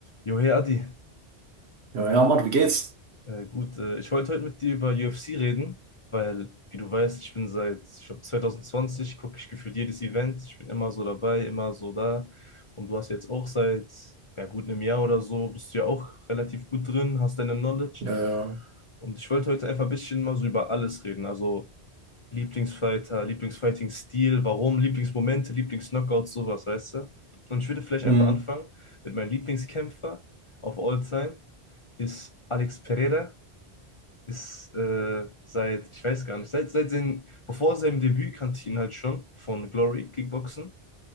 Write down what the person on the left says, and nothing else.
Jo, hey Adi,
äh, gut, äh, ich wollte heute mit dir über UFC reden, weil, wie du weißt, ich bin seit, ich glaube, 2020 gucke ich gefühlt jedes Event, ich bin immer so dabei, immer so da und du hast jetzt auch seit, ja gut, einem Jahr oder so, bist du ja auch relativ gut drin, hast deine Knowledge
und ich wollte heute einfach ein bisschen mal so über alles reden, also Lieblingsfighter, Lieblingsfighting-Stil, warum, Lieblingsmomente, Lieblingsknockouts, sowas, weißt du? Und ich würde vielleicht
einfach anfangen mit meinem Lieblingskämpfer of all time ist Alex Pereira, ist äh, seit, ich weiß gar nicht, seit, seit seinem, bevor seinem Debüt kannte ich ihn halt schon von Glory Kickboxen.